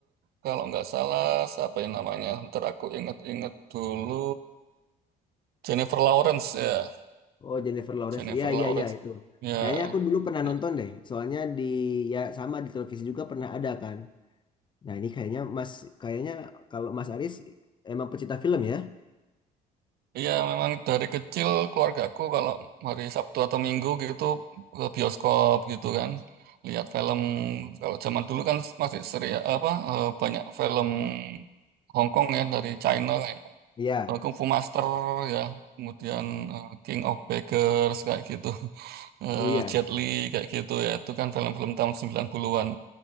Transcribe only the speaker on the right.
kalau nggak salah siapa yang namanya? Ntar aku inget-inget dulu. Jennifer Lawrence ya.
Jennifer
Lawrence.
Ya,
Nah,
iya memang dari kecil keluargaku kalau hari Sabtu atau Minggu gitu ke bioskop gitu kan lihat film. Kalau zaman dulu kan masih seri apa eh, banyak film Hong Kong ya dari China kayak
eh, Kung Fu Master ya, kemudian eh, King of Beggars kayak gitu. <laughs> eh
Jet Li kayak gitu ya. Itu kan film-film tahun 90-an.